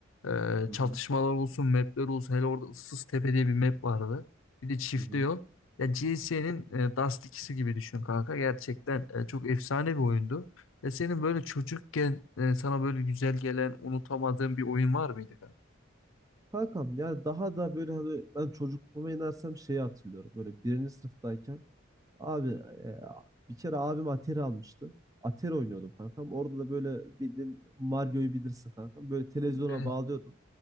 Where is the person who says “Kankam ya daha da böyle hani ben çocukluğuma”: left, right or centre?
Right